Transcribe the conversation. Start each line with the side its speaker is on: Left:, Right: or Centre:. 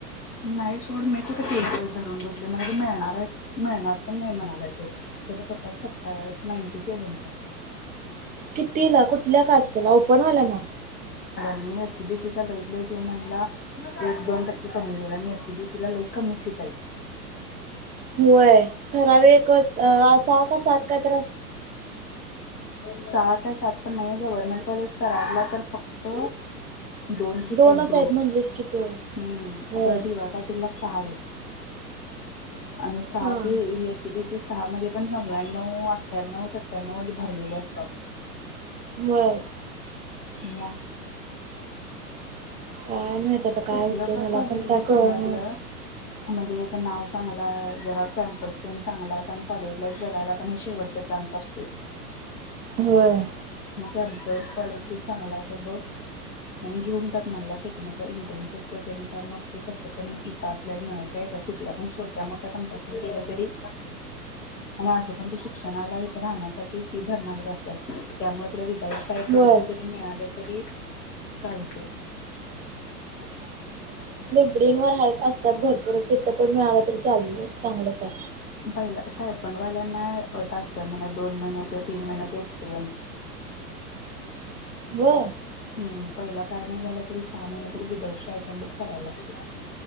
Left: नाही सोड मी तु तेस धरून बसले म्ह मिळणार आहे मिळणार पण नाही म्हणाला तो त्या कट ऑफ सत्ताय नाईनटी सेव्हनचा
Right: कितीला कुठल्या कास्टला ओप ओपन वाल्याना.
Left: ण ए सी बी सी चा लईत ल कि म्हणला एक दोन टक्के कमी होईल आणि एस सी बी सी ला लई कमी सीट आहेत.
Right: होय ठरावे एक असा का सात काय <inaudible>
Left: सहा काय सात पण नाही ग गव्हर्नमेंट कॉलेज कराडला तर फक्त दोन सीट
Right: दोनच
Left: आहेत दोन हम्म
Right: म्हणलीस की तू होय
Left: आता डी वाय पाटीलला सहा आहेत. आणि सहा
Right: हा
Left: ते ए सी बी सी सहा मध्ये पण नवव्याण्णव अठ्ठ्याण्णव त्यांनव भरलेले असतात.
Right: व्हय.
Left: ना.
Right: काय माहित आता काय
Left: कुठलं
Right: होतं मला
Left: कॉलेज
Right: पण काय
Left: घे
Right: कळण
Left: पुण्यातलं म्हणजे त्याचं नाव चांगलं आहे जरा कॅम्पस प चांगला आहे कारण कॉलेज लाईफ जगायला पण हे शेवटचा चान्स असतोय.
Right: होय.
Left: मगच स्कॉलरशिप चांगला आहे का बघ आणि घेऊन टक मला टेक्निकल इंटर्नशिपच ते का मग ते कस पण इथं असल्या मिळवता येतात कुठल्या पण छोट्या मोठ्या कंपनी केलं तरी आणि असं पण तो शिक्षणालाथ राहण्यासाठी फी भरणार असतात त्यामुळे तुला ववसायकडच
Right: होय
Left: जरी मिळालं तरी चालते.
Right: स्क्रीनवर त्यात भरपूरच तिथं पण मिळाल चालू चांगलं चा
Left: पहिला स्टायफंड व्हायला नाही टासत म्ह दोन महिन्याच, तीन महिन्याचा एक्सपिरियन्स
Right: व्हय.
Left: हम् पहिला काय नाही झालं तरी सहा महिने तरी विदाऊट स्टायफंडच करायला लागत.